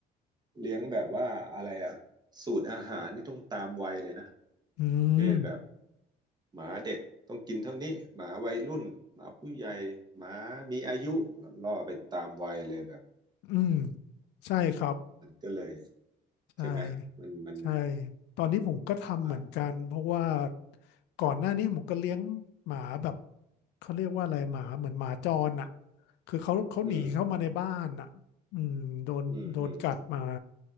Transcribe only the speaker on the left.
อืม
อืมใช่ครับ
ใช่
ใช่ตอนนี้ผมก็ทำเหมือนกันเพราะว่า
ก่อนหน้านี้ผมก็เลี้ยงหมาแบบเขาเรียกว่าอะไรหมาเหมือนหมาจรอ่ะคือเขาเขาหนีเข้ามาในบ้านอ่ะอืมโดนโดนกัดมา